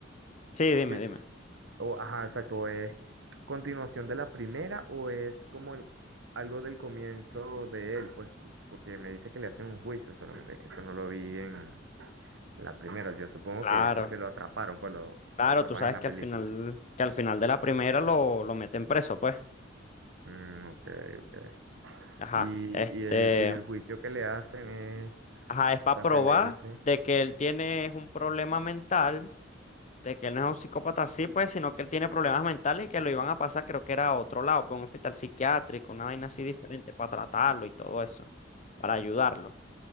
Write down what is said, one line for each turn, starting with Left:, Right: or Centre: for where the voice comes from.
Left: sí, dime,
Right: sí,
Left: dime.
Right: sí, o, ajá, exacto, o es continuación de la primera, o es como el- algo del comienzo de él, pues, como- porque me dice que le hacen un juicio, solamente que eso no lo vi en, La primera, yo supongo
Left: Claro,
Right: que ya es porque lo atraparon, pues lo,
Left: claro,
Right: lo atrapan
Left: tú sabes
Right: en la
Left: que
Right: película.
Left: al final, que al final de la primera lo, lo meten preso, pues.
Right: Mm, ok, ok.
Left: Ajá.
Right: Y,
Left: Este,
Right: y el, y el juicio que le hacen es,
Left: ajá,
Right: o
Left: es para
Right: sea,
Left: probar
Right: que le dicen,
Left: de que él tiene un problema mental, de que él no es un psicópata así, pues, sino que él tiene problemas mentales y que lo iban a pasar, creo que era a otro lado, pues un hospital psiquiátrico, una vaina así diferente, para tratarlo y todo eso, para ayudarlo.